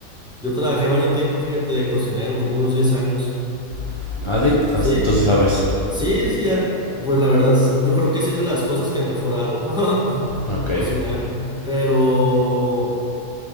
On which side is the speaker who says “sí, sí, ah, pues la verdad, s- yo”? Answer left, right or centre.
Centre